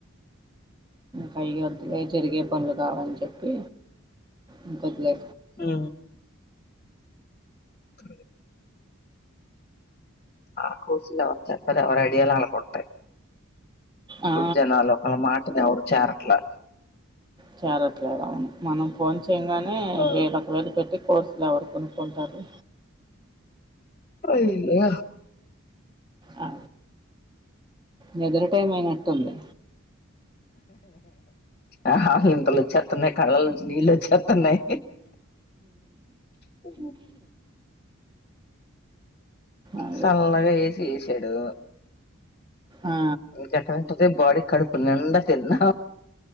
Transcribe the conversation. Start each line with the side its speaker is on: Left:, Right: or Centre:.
Right: కైగా అలాగే జరిగే పనులు కావాలని చెప్పి ఇంకొదిలే
Left: హ క ఆ కోస వర చార అర అడిాల ఆలా కొంటే ఇప్పుడు
Right: ఆ
Left: జనా లో ఒకల మాటనివరు చేరట్లా
Right: చేరట్లేదు అవును మనం ఫోన్ చేయగానే
Left: ఆ,
Right: వేర ఒకవేళ పెట్టి కోర్ ఇలా ఎవరు కొనుక్కుంటారు
Left: అయింద
Right: ఆ నిద్ర టైం అయినట్టుంది
Left: ఆ హంతలో వ చేతున్నాయి కళ్ళాల నుంచి నీళ్ళ వ చేతున్నాయి ఉ
Right: అది
Left: చల్లగా ఏసీ ఏచి చెడు
Right: ఆ
Left: ఇంకెక్కంట బాడీ కడుపునిండా తిన్నా